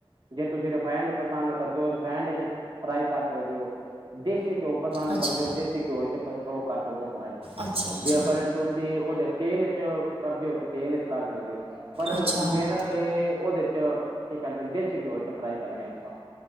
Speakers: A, on the right; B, on the right.
A: ਜੇ ਤੁਸੀਂ ਰਿਫਾਇੰਡ ਪਸੰਦ ਕਰਦੇ ਹੋ ਰਿਫਾਇਡ ਚ ਫਰਾਈ ਕਰ ਸਕਦੇ ਹੋ ਦੇਸੀ ਘਿਓ ਪਸੰਦ
B: ਅੱਛਾ ਅੱਛਾ
A: ਕਰਦੇ ਹੋ ਦੇਸੀ ਘਿਓ ਚ ਉਹ ਕਰ ਸਕਦੇ ਹੋ ਫਰਾਈ
B: ਅੱਛਾ
A: ਜੇ ਅਗਰ ਤੁਸੀਂ ਉਹਦੇ ਤੇਲ ਚ ਕਰਦੇ ਹੋ ਤਾਂ ਤੇਲ ਚ ਕਰ ਸਕਦੇ ਹੋ ਪਰ
B: ਅੱਛਾ ਅੱਛਾ
A: ਮੇਰਾ ਤੇ ਉਹਦੇ ਚ ਕੀ ਕਰਦੇ ਦੇਸੀ ਘਿਓ ਚ ਫਰਾਈ ਕਰਨੇ ਆਪਾਂ